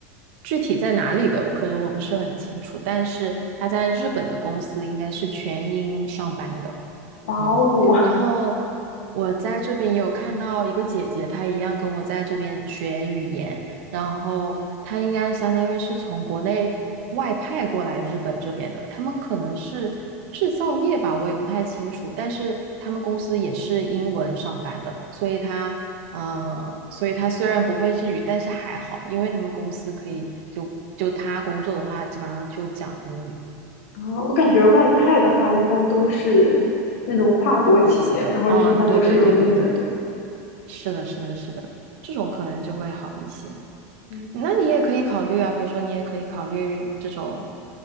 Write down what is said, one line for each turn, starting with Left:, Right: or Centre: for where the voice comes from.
Right: 具体在哪里的，我可能我不是很清楚，但是他在日本的公司应该是全英上班的，
Left: 哇哦，
Right: 嗯，然后我在这边有看到一个姐姐，她一样跟我在这边学语言，然后她应该相当于是从国内外派过来日本这边的，他们可能是制造业吧，我也不太清楚，但是他们公司也是英文上班的，所以她。嗯，所以他虽然不会日语，但是还好，因为他们公司可以就就他工作的话，基本上就讲英语，
Left: 啊，我感觉外派的话，一般都是那种跨国企业，
Right: 国籍的。
Left: 然后就一般都是用英文。
Right: 嗯，对对对对对对，是的，是的，是的，这种可能就会好一些。
Left: 嗯，
Right: 那你也可以考虑啊，比如说你也可以考虑这种